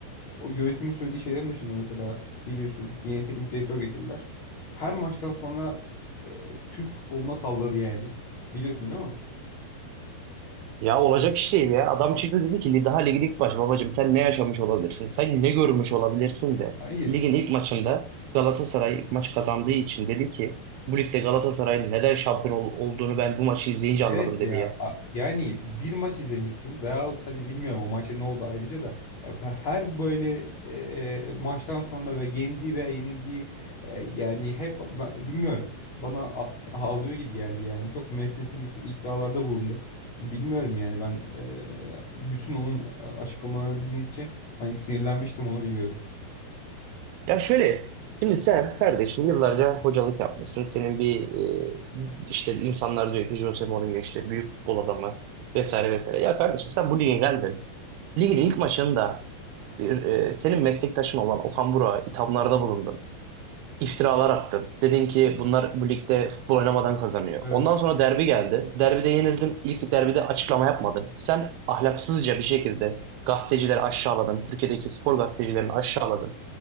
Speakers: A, on the left; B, on the right.
A: o yönetimin söylediği şeylerin dışında mesela biliyorsun yeni teknik direktör getirdiler. Her maçtan sonra e, Türk futboluna salladı yani. Biliyorsun değil mi?
B: Ya olacak iş değil ya. Adam çıktı dedi ki daha ligin ilk baş babacım sen ne yaşamış olabilirsin? Sen ne görmüş olabilirsin de
A: Hayır.
B: ligin ilk maçında Galatasaray ilk maç kazandığı için dedi ki bu ligde Galatasaray'ın neden şampiyon ol- olduğunu ben bu maçı izleyince
A: Evet
B: anladım dedi
A: ya
B: ya.
A: a- yani bir maç izlemişsin veyahut hani bilmiyorum o maçta ne oldu ayrıca da ya be- her böyle e, maçtan sonra ve yendiği veya yenildiği e, yani hep ba- bilmiyorum bana a- <laughs> ağlıyor gibi geldi yani çok mesnetsiz iddialarda bulundu. Bilmiyorum yani ben e, bütün onun e, açıklamalarını dinledikçe hani sinirlenmiştim onu biliyorum.
B: Ya şöyle şimdi sen kardeşim yıllarca hocalık yapmışsın. Senin bir e, işte insanlar diyor ki Jose Mourinho işte büyük futbol adamı vesaire vesaire. Ya kardeşim sen bu lige geldin. Ligin ilk maçında e, e, senin meslektaşın olan Okan Burak'a ithamlarda bulundun. iftiralar attın. Dedin ki bunlar bu ligde futbol oynamadan kazanıyor.
A: Evet.
B: Ondan sonra
A: Evet.
B: derbi geldi. Derbide yenildin. İlk derbide açıklama yapmadın. Sen ahlaksızca bir şekilde gazetecileri aşağıladın. Türkiye'deki spor gazetecilerini aşağıladın.